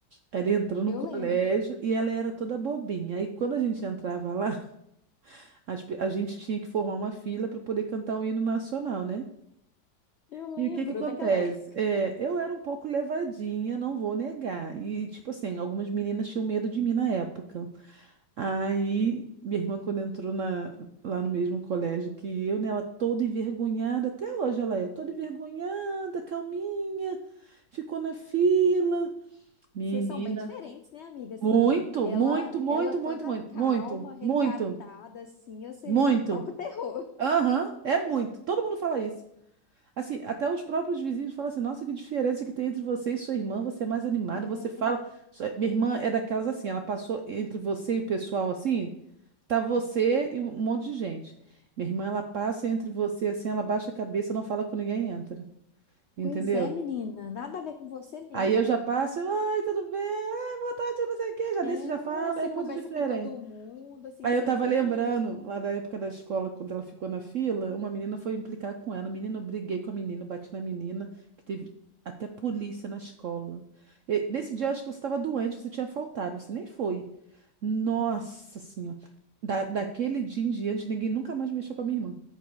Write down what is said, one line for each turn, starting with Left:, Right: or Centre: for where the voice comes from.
Right: ela entrou no
Left: Eu
Right: colégio
Left: lembro.
Right: e ela era toda bobinha. Aí quando a gente entrava lá, as pe- a gente tinha que formar uma fila para poder cantar o hino nacional, né?
Left: Eu lembro
Right: E o que que acontece?
Left: daquela. <laughs> época.
Right: É, eu era um pouco levadinha, não vou negar. E, tipo assim, algumas meninas tinham medo de mim na época. Aí, minha irmã, quando entrou na- lá no mesmo colégio que eu, né, ela toda envergonhada, até hoje ela é toda envergonhada, calminha, ficou na fila. Menina,
Left: Vocês são bem diferentes, né, amiga? Assim,
Right: muito,
Left: ela,
Right: muito, muito,
Left: ela toda
Right: muito, muito,
Left: calma,
Right: muito,
Left: recatada,
Right: muito,
Left: assim, você
Right: muito.
Left: toca o terror.
Right: Aham, é muito. Todo mundo fala isso. Assim, até os próprios vizinhos falam assim: nossa, que diferença que tem entre você e sua irmã, você é mais animada,
Left: É,
Right: você fala. Sua- Minha irmã é daquelas assim, ela passou entre você e o pessoal assim, tá você e um monte de gente. Minha irmã, ela passa entre você assim, ela baixa a cabeça, não fala com ninguém e entra. Entendeu?
Left: pois é, menina, nada a ver com você mesmo.
Right: Aí eu já passo, eu, oi, tudo bem? Ai, boa tarde, não sei o quê, já
Left: É,
Right: desço, já falo,
Left: você
Right: é muito
Left: conversa
Right: diferente.
Left: com todo mundo, assim,
Right: Aí
Left: você
Right: eu tava
Left: é bem.
Right: lembrando, lá da época da escola, quando ela ficou na fila, uma menina foi implicar com ela. Menina, eu briguei com a menina, bati na menina, que teve até polícia na escola. E nesse dia, eu acho que você estava doente, você tinha faltado, você nem foi. Nossa Senhora. Da, daquele dia em diante, ninguém nunca mais mexeu com a minha irmã.